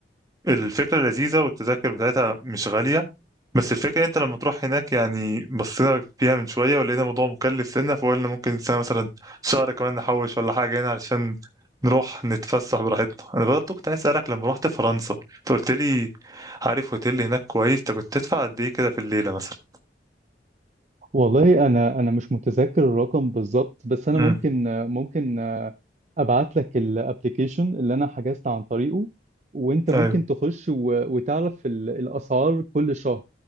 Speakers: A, on the right; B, on the right.
A: الفكرة لذيذة والتذاكر بتاعتها مش غالية بس الفكرة أنت لما تروح هناك يعني بصينا فيها من شوية ولقينا الموضوع مكلف سنة فقلنا ممكن سنة مثلا شهر كمان نحوش ولا حاجة هنا علشان نروح نتفسح براحتنا أنا برضه كنت عايز أسألك لما روحت فرنسا أنت قلت لي عارف هوتيل هناك كويس أنت كنت تدفع قد إيه كده في الليلة مثلا
B: والله انا انا مش متذكر الرقم بالظبط بس انا
A: امم
B: ممكن ممكن ابعت لك الابلكيشن اللي انا حجزت عن طريقه وانت ممكن
A: أيوه
B: تخش و- وتعرف ال- الاسعار كل شهر